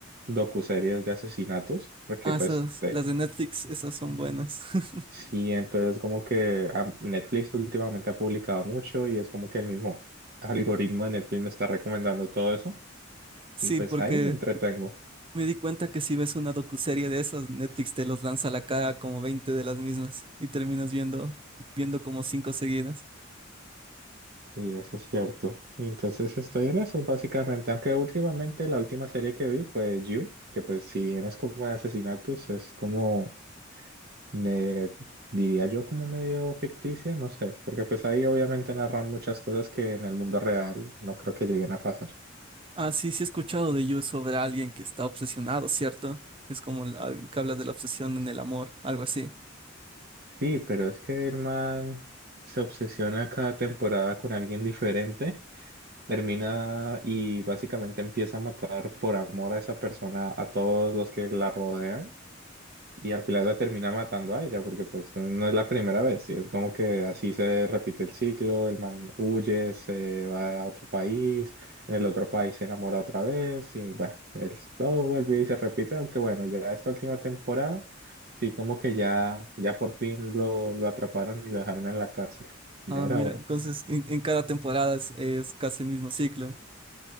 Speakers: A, on the right; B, on the right.
A: docuseries de asesinatos, porque
B: Ah,
A: pues
B: esas,
A: te-
B: las de Netflix, esas son buenas. <laughs>
A: sí, entonces como que ah, Netflix últimamente ha publicado mucho y es como que el mismo algoritmo de Netflix me está recomendando todo eso
B: Sí,
A: y pues
B: porque
A: ahí me entretengo.
B: Me di cuenta que si ves una docuserie de esas, Netflix te los lanza a la cara como 20 de las mismas y terminas viendo, viendo como cinco seguidas.
A: Y eso es cierto. Y entonces estoy en eso, básicamente. Aunque últimamente la última serie que vi fue You, que pues si bien es como de asesinatos, es como, me diría yo, como medio ficticia, no sé, porque pues ahí obviamente narran muchas cosas que en el mundo real no creo que lleguen a pasar.
B: Ah, sí, sí he escuchado de You sobre alguien que está obsesionado, ¿cierto? Es como el- alguien que habla de la obsesión en el amor, algo así.
A: Sí, pero es que el man se obsesiona cada temporada con alguien diferente, termina y básicamente empieza a matar por amor a esa persona a todos los que la rodean. Y al final la termina matando a ella, porque pues no es la primera vez, y es como que así se repite el ciclo, el man huye, se va a otro país, en el otro país se enamora otra vez, y bueno, el- todo vuelve y se repite, aunque bueno, ya esta última temporada, sí como que ya, ya por fin lo, lo atraparon y lo dejaron en la cárcel, ya
B: Ah,
A: era
B: mira,
A: hora.
B: entonces en, en cada temporada es, es casi el mismo ciclo.